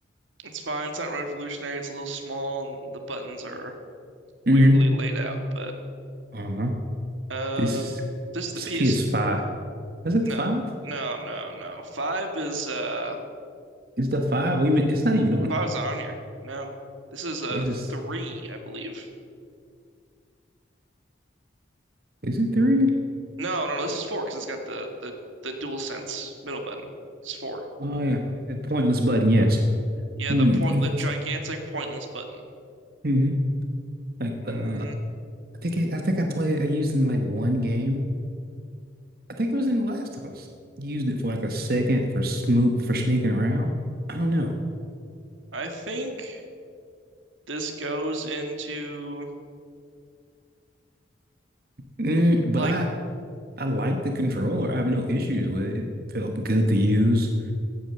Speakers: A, on the right; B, on the right.
A: It's fine. It's not revolutionary. It's a little small, and the buttons are weirdly
B: hmm
A: laid out. But
B: Uh-huh.
A: uh,
B: This,
A: this is the
B: this
A: PS.
B: PS5. Is
A: No,
B: it the five?
A: no, no, no. Five is uh,
B: It's the five. We even it's not even on
A: five
B: here.
A: is on here. No, this is a
B: This is
A: three, I believe.
B: is it three?
A: No, no, no, this is four because it's got the the the DualSense middle button. It's four.
B: Oh yeah. Yeah, Pointless button, yes.
A: Yeah,
B: Mm-hmm.
A: the point, the gigantic pointless button.
B: Mm-hmm. Like
A: Mm,
B: uh I think it, I think I played I used it in like one game. I think it was in The Last of Us. Used it for like a second for smoot for sneaking around. I don't know.
A: I think. this goes into
B: Mm, but
A: like
B: I I like the controller. I have no issues with it. It felt good to use.